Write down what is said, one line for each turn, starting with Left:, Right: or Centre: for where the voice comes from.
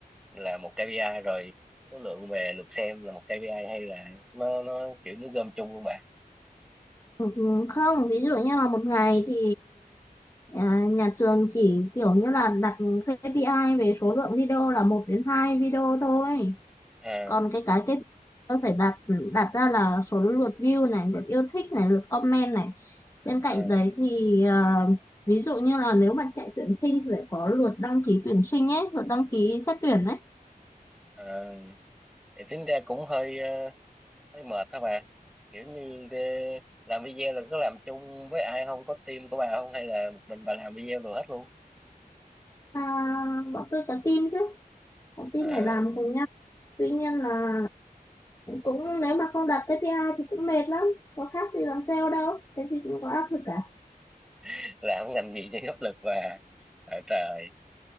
Centre: là một KPI rồi số lượng về lượt xem là một KPI hay là nó nó kiểu nó gom chung luôn bà
Left: Ừ, không ví dụ như là một ngày thì à, nhà trường chỉ kiểu như là đặt KPI về số lượng video là một đến hai video thôi
Centre: à,
Left: còn cái cái cái tôi phải đặt đặt ra là số lượt view này lượt yêu thích này lượt comment này bên cạnh
Centre: à,
Left: đấy thì à, ví dụ như là nếu mà chạy tuyển sinh thì phải có lượt đăng ký tuyển sinh ấy lượt đăng ký xét tuyển ấy
Centre: à, thì tính ra cũng hơi ờ, hơi mệt hả bà kiểu như ờ, làm video là có làm chung với ai không có team của bà không hay là một mình bà làm video rồi hết luôn
Left: à, bọn tôi có team chứ có team
Centre: à,
Left: để làm cùng nhau tuy nhiên là cũng nếu mà không đặt KPI thì cũng mệt lắm có khác gì làm sale đâu cái gì cũng có áp lực cả
Centre: <laughs> làm ngành gì thì áp lực bà à, trời